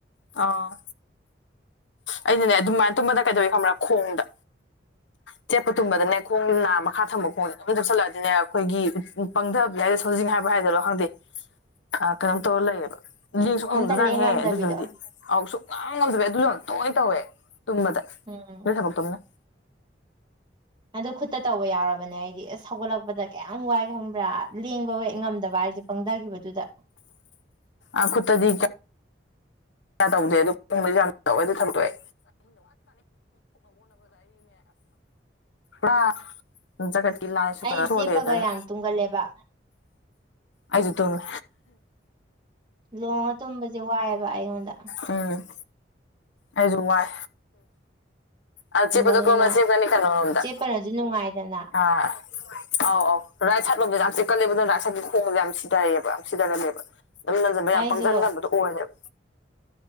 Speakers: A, on the left (about 85°); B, on the right (about 25°).
A: ꯑꯥꯎ ꯑꯩꯅꯅꯦ ꯑꯗꯨꯃꯥꯏꯅ ꯇꯨꯝꯕꯗ ꯀꯩꯗꯧꯏ ꯈꯪꯕ꯭ꯔꯥ ꯈꯣꯡꯗ ꯆꯦꯠꯄ ꯇꯨꯝꯕꯗꯅꯦ ꯈꯣꯡ ꯅꯥ ꯃꯈꯥ ꯊꯝꯕ ꯈꯣꯡꯖꯦ ꯑꯗꯨꯝ ꯆꯞꯁꯤꯜꯂꯛꯑꯗꯤꯅꯦ ꯑꯈꯣꯏꯒꯤ ꯄꯪꯗꯕꯅꯦ ꯍꯥꯏꯗ ꯁꯣꯖꯤꯡ ꯍꯥꯏꯕ ꯍꯥꯏꯗꯕꯈꯔ ꯈꯪꯗꯦ ꯑ ꯀꯩꯅꯣꯝ ꯇꯧꯔ ꯂꯩꯌꯦꯕ ꯌꯦꯡ
B: ꯑꯝꯇ
A: <unintelligible>
B: ꯂꯦꯡꯉꯝꯗꯕꯤꯗꯣ
A: ꯍꯦ ꯑꯗꯨꯗꯨꯅꯗꯤ ꯑꯥꯎ ꯁꯨꯛꯉꯝ ꯉꯝꯗꯕꯤ ꯑꯗꯨꯁꯨ ꯌꯥꯝ ꯇꯣꯏꯅ ꯇꯧꯋꯦ ꯇꯨꯝꯕꯗ
B: ꯎꯝ
A: <unintelligible>
B: ꯑꯗꯨ ꯈꯨꯠꯇ ꯇꯧꯕ ꯌꯥꯎꯔꯕ ꯕꯅꯦ ꯍꯥꯏꯗꯤ ꯑꯁ ꯍꯧꯒꯠꯂꯛꯄꯗ ꯀꯌꯥꯝ ꯋꯥꯏ ꯈꯪꯕ꯭ꯔꯥ ꯂꯦꯡꯕ ꯋꯦꯠ ꯉꯝꯗꯕ ꯍꯥꯏꯁꯦ ꯄꯪꯊꯒꯤꯈꯤꯕꯗꯨꯗ
A: ꯑꯈꯨꯠꯇꯗꯤ ꯀꯌꯥ ꯇꯧꯗꯦ ꯑꯗꯨ ꯈꯣꯡꯕꯗꯁꯨ ꯌꯥꯝ ꯇꯧꯋꯦ ꯑꯗꯨ ꯊꯕꯛꯇꯣꯛꯑꯦ <unintelligible> ꯖꯒꯠ ꯀꯤ ꯂꯥꯏ ꯁꯨ
B: ꯑꯩ
A: ꯆꯣꯂꯦꯗꯨꯅꯤ
B: ꯆꯦꯞꯄꯒ ꯌꯥꯝ ꯇꯨꯝꯒꯜꯂꯦꯕ
A: ꯑꯩꯖꯨ ꯇꯨꯝꯃꯤ
B: ꯂꯣꯡꯉ ꯇꯨꯝꯕꯁꯦ ꯋꯥꯏꯑꯦꯕ ꯑꯩꯉꯣꯟꯗ
A: ꯎꯝ ꯑꯩꯁꯨ ꯋꯥꯏ ꯑ
B: ꯇꯨꯝꯕꯅꯤꯅ
A: ꯆꯦꯄꯗꯨ ꯀꯣꯝ ꯅ ꯆꯦꯞ ꯀꯅꯤ ꯀꯅꯣꯝꯗ
B: ꯆꯦꯞꯄꯅꯁꯨ ꯅꯨꯡꯉꯥꯏꯗꯅ
A: ꯍꯥ ꯑꯧ ꯑꯥꯎ ꯔꯥꯏꯠ ꯁꯥꯏꯠ ꯂꯣꯝꯗ ꯌꯥꯝ ꯆꯤꯛꯀꯜꯂꯦꯕ ꯑꯗꯨꯅ ꯔꯥꯏꯠ ꯁꯥꯏꯠꯀꯤ ꯈꯣꯡ ꯌꯥꯝ ꯁꯤꯊꯔꯛꯑꯦꯕ ꯌꯥꯝ ꯁꯤꯊꯒꯜꯂꯦꯕ ꯑꯗꯨꯝ ꯅꯟꯖꯟꯕ ꯌꯥꯝ
B: ꯑꯩꯁꯨ
A: ꯄꯪꯖꯟ ꯒꯟꯕꯗꯣ ꯑꯣꯏꯌꯦꯕ